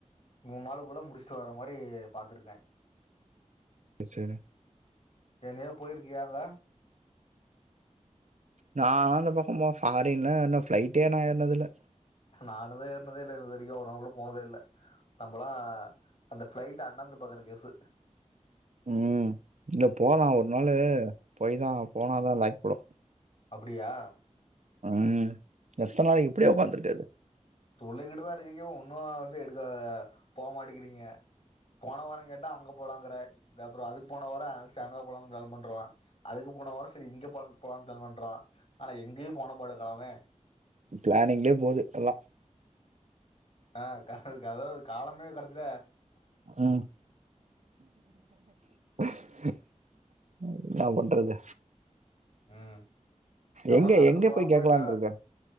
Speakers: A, on the left; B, on the right.
A: மூன் நாளுக்குள்ள முடிச்சுட்டு வர மாரி பாத்துருக்கே
B: ச்சேரி
A: என்னயோ போயிருக்கியா அங்க
B: நான்னா அந்த பக்கோ போ ஃபாரின் இன்னு ஃளைட்டே நா ஏறுனதில்ல
A: நானுதே ஏறனதேல்ல இது வரைக்கு ஒரு நாள் கூட போனதே இல்ல நம்மலா அந்த பிளைட்ட அண்ணாந்து பாக்குற கேஸ்சு
B: ம் இல்ல போலா ஒரு நாளு போய் தா போனாதா லாக்கிபடு
A: அப்படியா
B: ம் எத்தன நாளைக்கு இப்படியே உக்காந்துருக்குறது
A: சொல்லிக்கிட்டுதா இருக்கீங்க ஒன்னு வந்து எடுக்க போ மாட்டிக்கிறீங்க போன வாரோ கேட்டா அங்க போலாங்குற இந்த அப்றோ அதுக்கு போன வாரோ செங்கோ போலாம்னு பிளான் பண்றே அதுக்கு போன வாரோ சேரி இங்க போ போலாம்னு பிளான் பண்றோ ஆனா எங்கேயு போன பாடு கானோமே
B: பிளானிங்லயே போது எல்லா
A: ஆ கா அதாவது காலமே கடசில
B: ம் <inaudible> னா பண்றது
A: ம் கம
B: எங்க
A: நடந்து
B: எங்க
A: போனாக்
B: போய்
A: கூட
B: கேக்கலான்ருக்க
A: இன்நேர